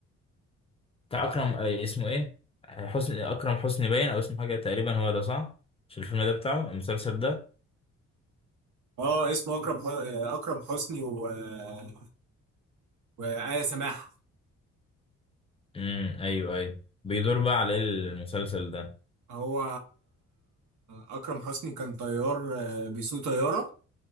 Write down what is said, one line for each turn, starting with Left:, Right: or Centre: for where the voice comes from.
Left: بتاع أكرم آه، اسمه إيه حسني أكرم حسني باين أو اسمه حاجة تقريبا هو ده صح مش الفيلم ده بتاعه المسلسل ده
Right: اه اسمه اكرم حو... آه، اكرم حسني و... آه، وآية سماحة
Left: امم أيوه أيوه بيدور بقى على إيه المسلسل ده
Right: هو أكرم حسني كان طيار آه، بيسوق طيارة